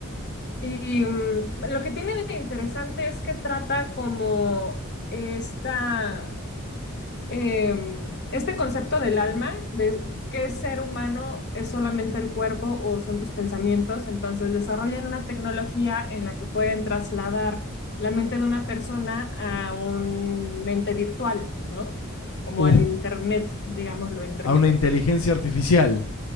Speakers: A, on the left (about 50°); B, on the left (about 70°).
A: y mm, lo que tiene de interesante es que trata como esta eh, este concepto del alma, de qué ser humano es solamente el cuerpo o son tus pensamientos, entonces desarrollan una tecnología en la que pueden trasladar la mente de una persona a un ente virtual, ¿no? Como
B: Uf,
A: al internet, digámoslo en términos
B: A una inteligencia
A: de,
B: artificial.